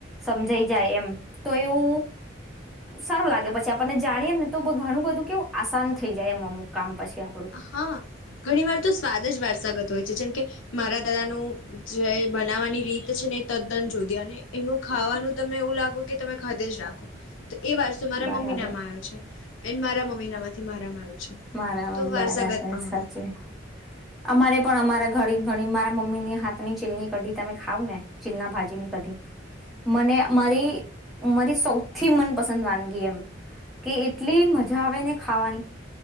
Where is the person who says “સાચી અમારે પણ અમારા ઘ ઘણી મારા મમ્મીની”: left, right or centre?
Centre